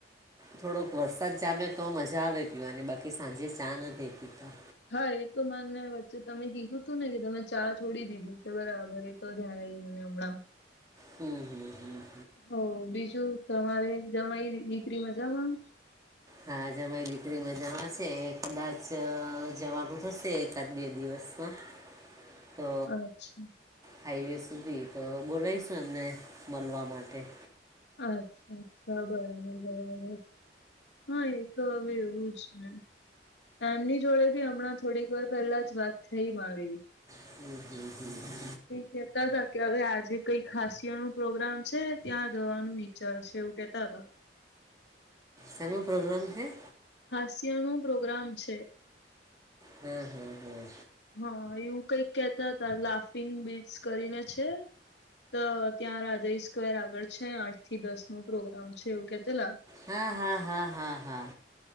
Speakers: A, on the right; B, on the left.
A: થોડોક વરસાદ જામેં તો મજા આવે પીવાની ને બાકી સાંજે ચા નથી પીતા
B: હા એ તો માને વચ્ચે તમે કીધું તું ને કે તમે ચા છોડી દીધી છે. બરાબર ધ્યાન ઈ નમણા
A: હમ્મ હમ્મ હમ્મ
B: હ બીજું તમારે જવાય દીકરી માંજામાં
A: હાજમારી દીકરી મજામાં છે કદાચ જવાનું થશે એકાદ બે દિવસમાં તો
B: અચ્છા
A: હાઈવે સુધી તો બોલાવીશું એમને મળવા માટે
B: અચ્છા અચ્છા બરાબર બરાબર હા એ તો હવે એવું જ ને એમની જોડે ભી હમણાં થોડીક વાર પેલા જ વાત થઈ મારી
A: હમ્મ હમ્મ હમ્મ
B: કેતા હતા કે હવે આજે કઈ ખાસય નું પ્રોગ્રામ છે ત્યાં જવાનું વિચાર છે એવું કેતા હતા
A: સેનો પ્રોગ્રામ છે
B: હાસ્ય નો પ્રોગ્રામ છે
A: હમ્મ હમ્મ હમ્મ
B: હા એવું કઈક કેહેતા હતા લાફિંગ બીટ્સ કરીને છે તો ત્યાં રાજા સ્ક્વેર આગળ છે આઠ થી દસ નું પ્રોગ્રામ છે એવું કે તે લા
A: હા હા હા હા હા